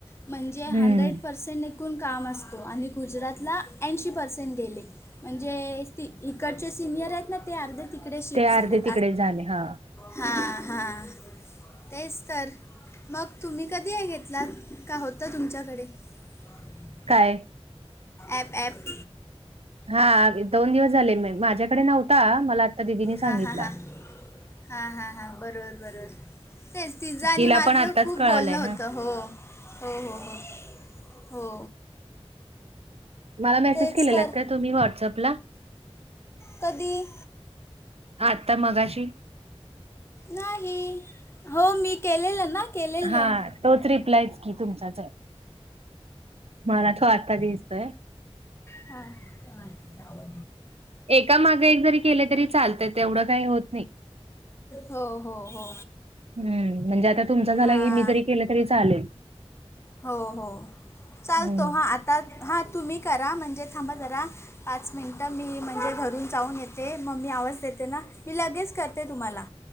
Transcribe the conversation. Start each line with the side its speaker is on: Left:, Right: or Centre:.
Left: म्हणजे
Right: हम्म
Left: हंड्रेड पर्सेंट एकूण काम असतो आणि गुजरातला ऐंशी पर्सेंट गेले. म्हणजे इकडचे सिनियर आहेत ना ते अर्धे तिकडे शिफ्ट
Right: ते
Left: झालेत.
Right: अर्धे तिकडे झाले हा
Left: हा हा. तेच तर मग तुम्ही कधी हे घेतला का होत तुमच्याकडे ह.
Right: काय?
Left: App app.
Right: हा दोन दिवस झाले माझ्याकडे नव्हता मला आता दिदीनी सांगितलं.
Left: हां हां हां हां हां हां बरोबर बरोबर तेच तिझं आणि
Right: तिला
Left: माझं
Right: पण आत्ताच
Left: खूप
Right: कळालंय
Left: बोलणं होतं
Right: ना
Left: हो. हो हो हो हो.
Right: मला मेसेज
Left: तेच
Right: केलेला
Left: तर
Right: आहेत का तुम्ही व्हॉट्सअपला
Left: कधी
Right: आता मगाशी
Left: नाही हो मी केलेलं ना. केलेलं
Right: हा तोच रिप्लायच की तुमचाच आहे. मला तो आता दिसतोय.
Left: हा नाहीवा
Right: एका मागे एक जरी केले तरी चालतय तेवढं काही होत नाही
Left: हो हो हो
Right: हम्म म्हणजे आता तुमचा झाला
Left: हां
Right: की मी जरी केलं तरी चालेल
Left: हो हो चालतो
Right: हं.
Left: हा आता हा तुम्ही करा म्हणजे थांबा जरा पाच मिनिट मी म्हणजे घरून जाऊन येते मम्मी आवाज देते ना मी लगेच करते ते तुम्हाला